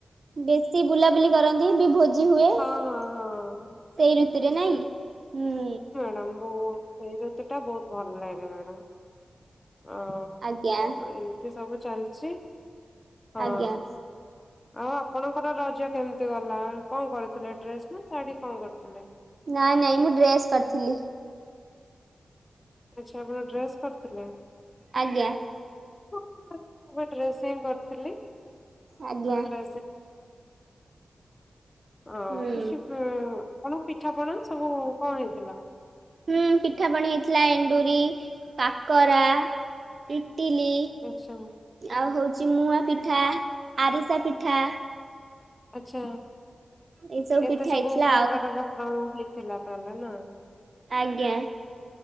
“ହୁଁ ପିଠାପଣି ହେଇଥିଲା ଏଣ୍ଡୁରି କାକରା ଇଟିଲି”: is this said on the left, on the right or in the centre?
Right